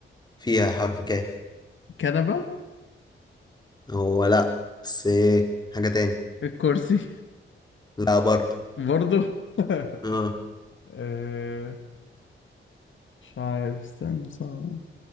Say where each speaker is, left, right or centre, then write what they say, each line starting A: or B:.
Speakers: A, on the left; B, on the left.
A: فيها حرف كاف
B: كنبة
A: هو لا بس إيه حاجة تاني
B: الكرسي
A: لا برضه
B: <laughs> برضو <laughs>
A: اه
B: آه، مش عارف استنى صعب